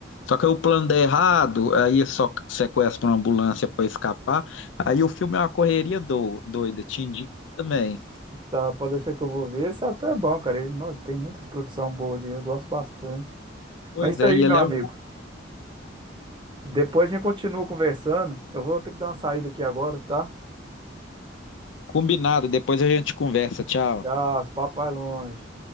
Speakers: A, on the left; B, on the right.
A: Só que aí o plano dá errado, aí é só sequestra uma ambulância para escapar. Aí o filme é uma correria do, doida, te indico também.
B: tá, pode deixar que eu vou ver. Esse ator é bom, cara. Ele, nó, tem muitas produções boas dele, eu gosto bastante.
A: Pois
B: Mas é isso
A: é,
B: aí,
A: e
B: meu
A: ele
B: amigo.
A: é um
B: Depois a gente continua conversando. Eu vou ter que dar uma saída aqui agora, tá?
A: combinado. Depois a gente conversa. Tchau.
B: Tchau, esse papo vai longe.